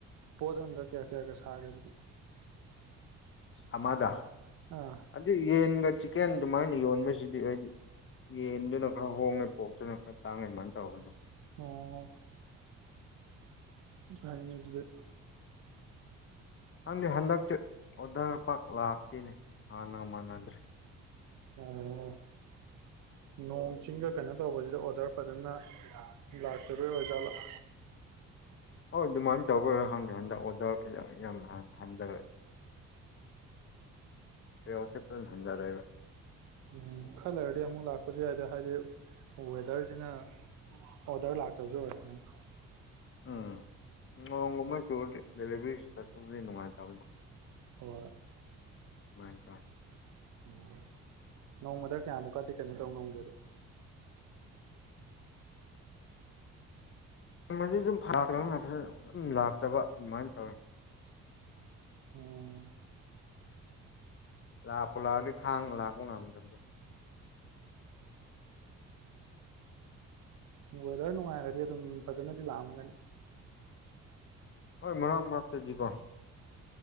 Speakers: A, on the right; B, on the left.
A: ꯄꯣꯠ ꯑꯃꯗ ꯀꯌꯥ ꯀꯌꯥꯒ ꯁꯥꯒꯦ ꯑꯗꯨꯗꯤ
B: ꯑꯃꯗ
A: ꯑꯥ
B: ꯑꯗꯨꯏ ꯌꯦꯟꯒ ꯆꯤꯛꯀꯦꯟ ꯑꯗꯨꯃꯥꯏꯅ ꯌꯣꯟꯕꯁꯤꯗꯤ ꯍꯥꯏꯗꯤ ꯌꯦꯟꯗꯨꯅ ꯈꯔ ꯍꯣꯡꯉꯦ ꯄꯣꯛꯇꯨꯅ ꯈꯔ ꯇꯥꯡꯉꯦ ꯑꯗꯨꯃꯥꯏꯅ ꯇꯧꯔꯗꯤ
A: ꯑꯣ ꯌꯥꯏꯌꯦ ꯑꯗꯨꯗꯤ
B: ꯈꯪꯗꯦ ꯍꯟꯗꯛꯁꯦ ꯑꯣꯗꯔ ꯄꯛ ꯂꯥꯛꯇꯦꯅꯦ ꯍꯥꯟꯅꯒ ꯃꯥꯟꯅꯗ꯭ꯔꯦ
A: <unintelligible> ꯅꯣꯡ ꯆꯤꯡꯒ ꯀꯩꯅꯣ ꯇꯧꯕꯖꯤꯗ ꯑꯣꯔꯗ꯭ꯔ ꯐꯖꯅ ꯂꯥꯛꯇꯕꯩ ꯑꯣꯖꯥꯠꯂꯣ <unintelligible>
B: ꯍꯣꯏ ꯑꯗꯨꯃꯥꯏꯟ ꯇꯧꯕꯩꯔꯥ ꯈꯪꯗꯦ ꯍꯟꯗꯛ ꯑꯣꯗ꯭ꯔ <unintelligible> ꯌꯥꯝ ꯍꯟꯗꯔꯦ <unintelligible> ꯍꯟꯗꯔꯦꯕ
A: ꯎꯝꯈꯥ ꯂꯩꯔꯗꯤ ꯑꯃꯨꯛ ꯂꯥꯛꯄꯁꯨ ꯌꯥꯏꯗ ꯍꯥꯏꯗꯤ ꯋꯦꯗ꯭ꯔꯖꯤꯅ ꯑꯣꯗ꯭ꯔ ꯂꯥꯛꯇꯖꯨ ꯑꯣꯏꯔꯝꯒꯅꯤ
B: ꯎꯝ ꯅꯣꯡꯒꯨꯝꯕ ꯆꯨꯔꯗꯤ ꯗꯦꯂꯤꯕ꯭ꯔꯤ ꯆꯠꯄꯕꯨꯗꯤ ꯅꯨꯡꯉꯥꯏꯇꯕꯗ
A: ꯍꯣꯏ
B: <unintelligible>
A: ꯎꯝ ꯅꯣꯡꯃꯗ ꯀꯌꯥꯃꯨꯛꯀꯗꯤ ꯀꯩꯅꯣ ꯇꯧꯉꯝꯒꯦ ꯗꯣ
B: ꯉꯝꯃꯗꯤ ꯑꯗꯨꯝ <unintelligible> ꯗꯨꯝ ꯂꯥꯛꯇꯕ ꯑꯗꯨꯃꯥꯏꯟ ꯇꯧꯋꯦ
A: ꯎꯝ
B: ꯂꯥꯛꯄꯨ ꯂꯥꯛꯑꯗꯤ ꯈꯥꯡ ꯂꯥꯛꯄ ꯉꯝꯗꯕꯗꯣ
A: ꯋꯦꯗ꯭ꯔ ꯅꯨꯡꯉꯥꯏꯔꯗꯤ ꯑꯗꯨꯝ ꯐꯖꯅꯗꯤ ꯂꯥꯛꯑꯝꯒꯅꯤ
B: ꯍꯣꯏ ꯃꯔꯛ ꯃꯔꯛꯇꯗꯤꯀꯣ